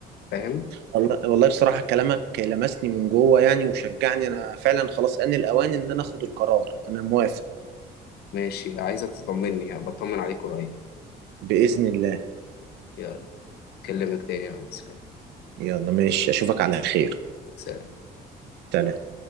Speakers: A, on the left (about 70°); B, on the right (about 85°).
A: فاهم
B: والله والله بصراحه كلامك لمسني من جوه يعني وشجعني انا فعلا خلاص ان الاوان ان انا اخد القرار انا موافق
A: ماشي عايزك تطمني بطمن عليك قريب
B: باذن الله
A: يلا اكلمك تاني يا عم سلام
B: يلا ماشي اشوفك على خير
A: سلام
B: سلام